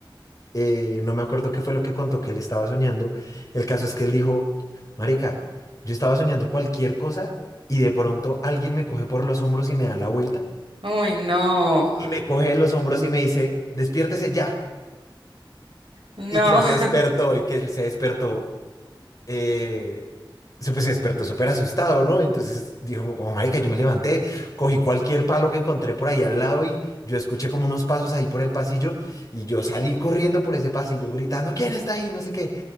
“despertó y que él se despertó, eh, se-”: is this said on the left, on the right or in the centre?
Left